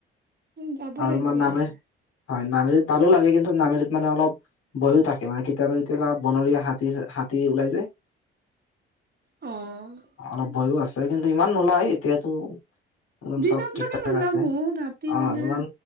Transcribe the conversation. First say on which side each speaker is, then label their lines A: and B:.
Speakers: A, on the right (about 30°); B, on the left (about 50°).
A: যাব
B: আৰু
A: লাগিব
B: তোমাৰ নামেৰি,
A: এদিন
B: হয়, নামেৰিত ভালো লাগে কিন্তু নামেৰিত মানে অলপ <unintelligible> থাকে মানে কেতিয়াবা কেতিয়াবা বনৰীয়া হাতী, হাতী ওলাই যে
A: অ'।
B: অলপ ভয়ো আছে। কিন্তু ইমান নোলায় এতিয়াতো একদম
A: দিনত
B: চব ঠিক
A: চাগে
B: ঠাক
A: নোলাব
B: আছে।
A: ৰাতি
B: অ'
A: হলে
B: ইমান